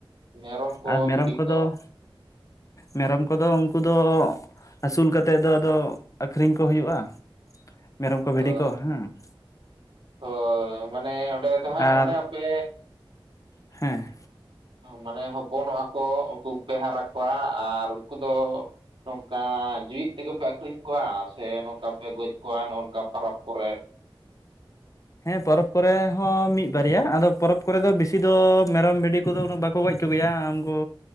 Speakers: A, on the right; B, on the left.
A: ᱢᱮᱨᱚᱢ ᱠᱚ
B: ᱟᱨ ᱢᱮᱨᱚᱢ
A: ᱵᱷᱤᱰᱤ
B: ᱠᱚᱫᱚ
A: ᱠᱚ?
B: ᱢᱮᱨᱚᱢ ᱠᱚᱫᱚ ᱩᱱᱠᱩ ᱫᱚ ᱟᱹᱥᱩᱞ ᱠᱟᱛᱮᱫ ᱫᱚ ᱟᱫᱚ ᱟᱹᱠᱷᱨᱤᱧ ᱠᱚ ᱦᱩᱭᱩᱜᱼᱟ᱾ ᱢᱮᱨᱚᱢ ᱠᱚ
A: ᱚᱦ
B: ᱵᱷᱤᱰᱤ ᱠᱚ ᱦᱮᱸ
A: ᱦᱚ ᱢᱟᱱᱮ ᱚᱸᱰᱮ ᱫᱚ ᱦᱟᱸᱜ
B: ᱟᱨ
A: ᱢᱟᱱᱮ ᱟᱯᱮ
B: ᱦᱮᱸ᱾
A: ᱢᱟᱱᱮ ᱦᱚᱯᱚᱱᱚᱜᱼᱟ ᱠᱚ, ᱩᱱᱠᱩ ᱠᱚᱯᱮ ᱦᱟᱨᱟ ᱠᱚᱣᱟ ᱟᱨ ᱩᱱᱠᱩ ᱫᱚ ᱱᱚᱝᱠᱟ ᱡᱮᱣᱮᱫ ᱛᱮᱜᱮ ᱯᱮ ᱟᱠᱷᱨᱤᱧ ᱠᱚᱣᱟ, ᱥᱮ ᱱᱚᱝᱠᱟ ᱯᱮ ᱜᱚᱡ ᱠᱚᱣᱟ, ᱱᱚᱝᱠᱟ ᱯᱟᱨᱟᱵᱽ ᱠᱚᱨᱮ᱾
B: ᱦᱮᱸ ᱯᱚᱨᱚᱵᱽ ᱠᱚᱨᱮ ᱦᱚᱸ ᱢᱤᱫ ᱵᱟᱨᱭᱟ᱾ ᱟᱫᱚ ᱯᱚᱨᱚᱵᱽ ᱠᱚᱨᱮ ᱫᱚ ᱵᱮᱥᱤ ᱫᱚ ᱢᱮᱨᱚᱢ ᱵᱷᱤᱰᱤ ᱩᱱᱠᱩ ᱫᱚ ᱩᱱᱟᱹᱜ ᱵᱟᱠᱚ ᱜᱚᱡ ᱠᱚ ᱜᱮᱭᱟ ᱩᱱᱠᱩ